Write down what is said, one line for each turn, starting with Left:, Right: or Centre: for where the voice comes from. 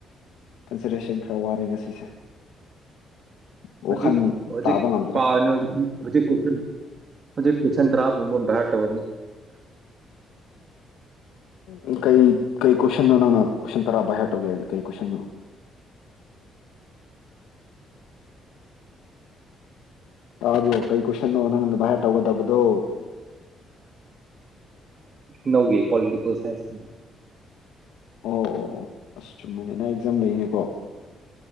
Left: ꯀꯟꯁꯤꯇꯔꯦꯁꯟ ꯈꯔ ꯋꯥꯔꯦ ꯉꯁꯤꯁꯦ ꯋꯥꯈꯜ
Right: ꯍꯧꯖꯤꯛ ꯍꯧꯖꯤꯛ
Left: ꯇꯥꯕ ꯉꯝꯗ꯭ꯔꯦ
Right: ꯄꯥꯔꯤ ꯍꯧꯖꯤꯛ ꯃꯖꯤꯦ ꯐꯁꯟꯇ꯭ꯔꯥꯞꯨꯝꯕ ꯍꯔ ꯇꯧꯔꯅꯤ
Left: ꯎꯝ ꯀꯩ ꯀꯩ ꯀꯣꯏꯁꯟꯣ ꯅꯪꯅ ꯀꯣꯏꯁꯟ ꯇꯔꯥ ꯚꯏꯍꯔ ꯇꯧꯒꯦ ꯍꯥꯏꯕꯗꯤ ꯀꯩ ꯀꯣꯏꯁꯟꯣꯅꯣ ꯇꯥꯕ꯭ꯔꯣ ꯀꯩ ꯀꯣꯏꯁꯟꯅꯣ ꯅꯪꯅ ꯚꯥꯏꯌꯥꯔ ꯇꯧꯒꯗꯕꯗꯣ
Right: ꯅꯧꯒꯤ ꯄꯣꯂꯤꯇꯤ ꯀꯣ ꯐꯥꯏꯁꯤꯅ
Left: ꯑꯣ ꯑꯣ ꯑꯁ ꯆꯨꯝꯃꯤꯅꯦ ꯆꯝ ꯂꯩꯏꯅꯦꯀꯣ